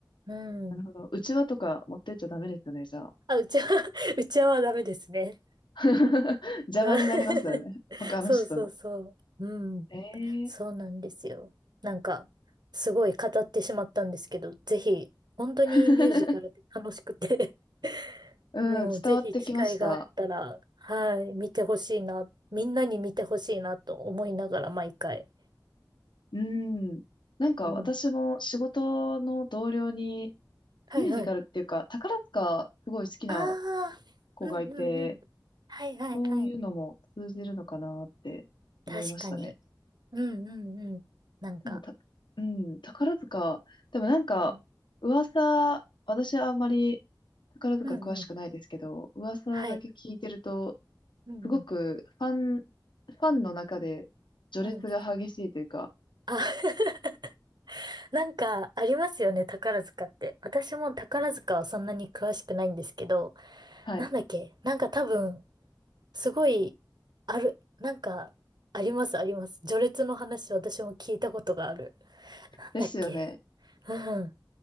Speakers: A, on the right; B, on the left.
A: うん。
B: なるほど。
A: うん。
B: うちわとか持ってっちゃダメですよね、じゃあ。
A: あ、うちは、<laughs> うちはダメですね。
B: <laughs> 邪魔になりますよね。
A: うん <laughs>
B: 他の人の。
A: そうそうそう。うん。
B: ええ
A: そうなんですよ。なんか、すごい語ってしまったんですけど、ぜひ、本当にミュージカルで楽しくて
B: <laughs>
A: <laughs>
B: うん、
A: もうぜひ機会があったら、
B: 伝わってきました。
A: はい、見てほしいな、みんなに見てほしいなと思いながら毎回。
B: うん。なんか私も仕事の同僚に
A: うん。はいはい。
B: ミュージカルっていうか、宝塚すごい好きな
A: ああ、
B: 子がいて、
A: うんうんうん。はいはいはい。
B: そういうのも通じるのかなって思いましたね。
A: 確かに。うんうんうん。なんか、
B: でもた、うん、宝塚、でもなんか、
A: うん、
B: 噂、私はあんまり宝塚詳しくないですけど、
A: うんうん。
B: 噂だけ聞いてると、
A: はい。うんう
B: すごくファン、ファンの中で序列が激しいというか、
A: ん。うん。あ <laughs> なんか、ありますよね、宝塚って。私も宝塚はそんなに詳しくないんですけど、
B: はい。
A: なんだっけ、なんか多分、すごい、ある、なんか、あります、あります。序列の話、私も聞いたことがある。なんだっけ、
B: ですよね。
A: うん。